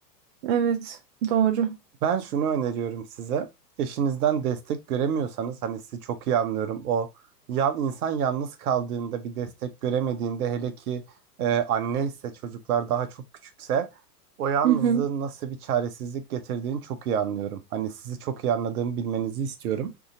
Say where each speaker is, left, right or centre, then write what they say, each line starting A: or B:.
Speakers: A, on the right (about 45°); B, on the right (about 65°).
A: Evet, doğru.
B: Ben şunu öneriyorum size. Eşinizden destek göremiyorsanız hani sizi çok iyi anlıyorum. O yan, insan yalnız kaldığında bir destek göremediğinde hele ki e, anne ise çocuklar daha çok küçükse o yalnızlığın
A: Hı hı.
B: nasıl bir çaresizlik getirdiğini çok iyi anlıyorum. Hani sizi çok iyi anladığımı bilmenizi istiyorum.